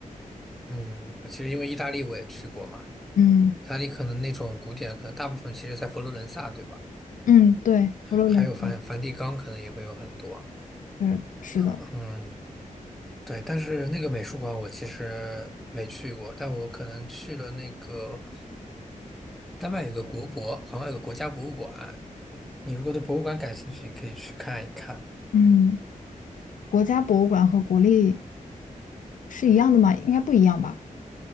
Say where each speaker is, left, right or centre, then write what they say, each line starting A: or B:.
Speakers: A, in the centre; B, on the left (about 70°).
A: 嗯，其实因为意大利我也去过嘛，
B: 嗯
A: 意大利可能那种古典，可能大部分其实在佛罗伦萨，对吧？
B: 嗯，对，佛罗伦萨
A: 还有梵梵蒂冈，可能也会有很多。
B: 是是的，
A: 呃嗯，对，但是那个美术馆我其实没去过，但我可能去了那个丹麦有个国博，好像有个国家博物馆。嗯你如果对博物馆感兴趣，你可以去看一看。
B: 嗯，国家博物馆和国立是一样的吗？应该不一样吧？